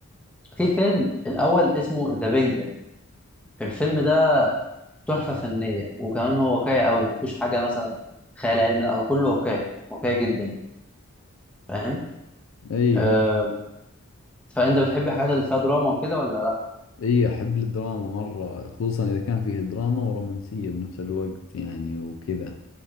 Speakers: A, in the centre; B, on the left.
A: في فيلم الأول اسمه ذا بينجوين الفيلم ده تحفة فنية وكمان هو واقعي قوي ما فيهوش حاجة مثلا خيال علمي لا هو كله واقعي واقعي جدا يعني، فاهم
B: ايه
A: آه فأنت بتحب الحاجات اللي فيها دراما وكده ولا لا
B: ايه احب الدراما مرة خصوصا اذا كان فيه دراما ورومانسية بنفس الوقت يعني وكذا